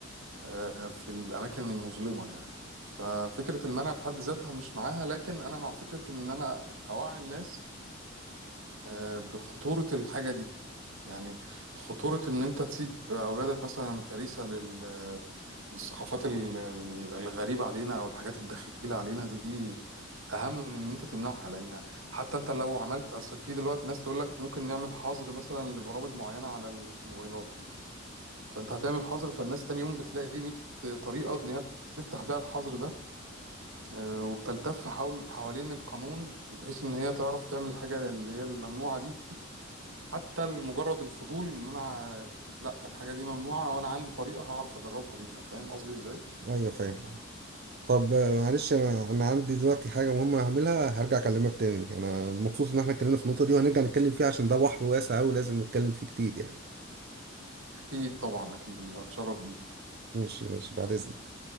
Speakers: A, on the right (about 80°); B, on the right (about 50°).
A: آه، في الأماكن المظلمة يعني ففكرة المنع في حد ذاتها مش معاها لكن أنا مع فكرة إن أنا أوعي الناس آه، بخطورة الحاجة دي يعني خطورة إن أنت تسيب أولادك مثلا فريسة لل- للثقافات ال- الغريبة علينا أو الحاجات الدخيلة علينا دي أهم من إن أنت تمنعها لأن حتى أنت لو عملت أصل في دلوقتي ناس تقول لك ممكن نعمل حظر مثلا لبرامج معينة على الموبايلات فأنت هتعمل حظر فالناس تاني يوم بتلاقي 100 طريقة إن هي تفتح بيها الحظر ده آه، وبتلتف حول حوالين القانون بحيث إن هي تعرف تعمل الحاجة اللي هي الممنوعة دي حتى مجرد الفضول ان انا لا الحاجه دي ممنوعه وانا عندي طريقه هعرف اجربها بيها فاهم قصدي ازاي
B: أيوة فاهم اه طب آه، معلش أنا أنا عندي دلوقتي حاجة مهمة هعملها هرجع أكلمك تاني أنا مبسوط إن احنا اتكلمنا في النقطة دي وهنرجع نتكلم فيها عشان ده بحر واسع أوي لازم نتكلم فيه كتير يعني
A: اكيد طبعا اكيد اتشرف بيك
B: ماشي ماشي بعد إذنك